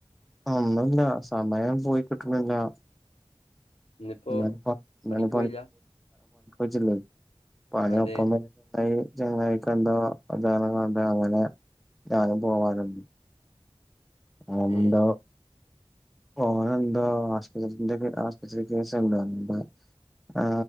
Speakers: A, in the centre; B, on the left.
A: ഒന്നുല്ല സമയം പോയിക്ട്ട്ണ്ല്ല
B: ഇന്നിപ്പോ
A: ഇന്നാലും
B: പണിക്ക് പോയില്ല
A: <unintelligible> പണിഒപ്പമ്
B: അതെന്തേ
A: ഐ. ചങ്ങയികെന്താ <unintelligible> അങ്ങനെ ഞാനും പോവാന്ണ്ട് ആ.
B: ഏ
A: ണ്ടോ ഓനന്ത ആശ്പത്രിന്റെക്കെ ആശ്പത്രികേസുണ്ടോ ആ.